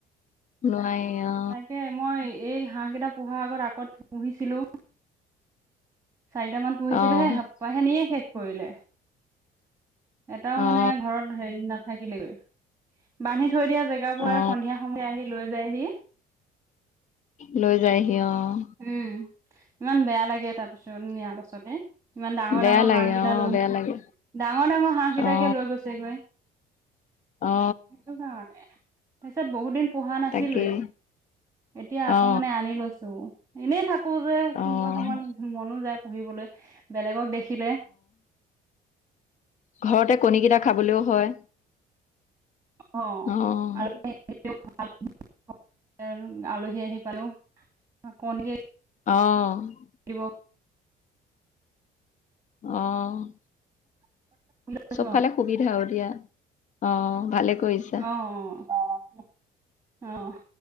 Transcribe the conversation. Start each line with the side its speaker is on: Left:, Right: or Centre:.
Left: নোৱাৰি অ
Right: তাকে মই এই হাঁহ কেইটা পোহাৰ আগত আগত পুহিছিলো। চাৰিটা মান পুহিছিলো
Left: অ
Right: হে হেপাইহে নিয়ে শেষ কৰিলে। এটাও মানে
Left: অ
Right: ঘৰত হেৰি নাথাকে। দিলেগৈ বান্ধি থৈ দিয়া জেগা বোৰ
Left: অ
Right: সন্ধিয়া সময়ে আহি লৈ যায়হি।
Left: লৈ যায়হি অ'।
Right: উম, ইমান বেয়া লাগে তাৰ পিছত নিয়াৰ পাছতে ইমান ডাঙৰ-ডাঙৰ
Left: বেয়া লাগে
Right: হাঁহ কেইটা
Left: অ
Right: লৈ
Left: বেয়া
Right: গৈছে।
Left: লাগে
Right: ডাঙৰ-ডাঙৰ হাঁহ কেইটাকে
Left: অ
Right: লৈ গৈছে গৈ
Left: অ
Right: সেইটো কাৰণে তাৰপিছত বহুত দিন পোহা নাছিলোৱে।
Left: তাকেই
Right: এতিয়া আকৌ
Left: অ
Right: মানে আনি লৈছোঁ। এনে থাকোঁ <unintelligible> যে কোনোবা
Left: অ অ
Right: সময়ত মনো যায় পঢ়িবলে বেলেগক দেখিলে
Left: ঘৰতে কণীকেইটা খাবলৈও হয়
Right: <inaudible>
Left: অ',
Right: আলহী আহি পালেও কণী
Left: অ'
Right: দিবও
Left: অ'
Right: কৈছো
Left: চবফালে সুবিধা অ, দিয়া। অ, ভালে কৰিছা
Right: অ', অ', অ', অ',